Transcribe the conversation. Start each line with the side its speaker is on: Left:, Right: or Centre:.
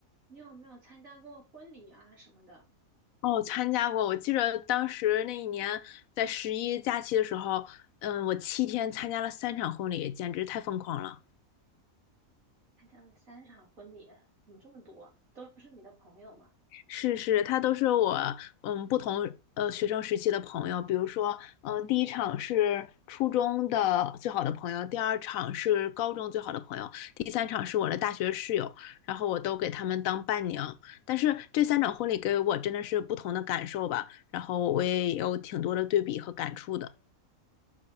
Right: 你有没有参加过婚礼啊什么的？
Left: 哦，参加过。我记着当时那一年在十一假期的时候，嗯，我七天参加了三场婚礼，简直太疯狂了。
Right: 参加了三场婚礼，怎么这么多？都是你的朋友吗？
Left: 是是，他都是我嗯不同呃学生时期的朋友，比如说嗯第一场是初中的最好的朋友，第二场是高中最好的朋友，第三场是我的大学室友，然后我都给他们当伴娘。但是这三场婚礼给我真的是不同的感受吧，然后我也有挺多的对比和感触的。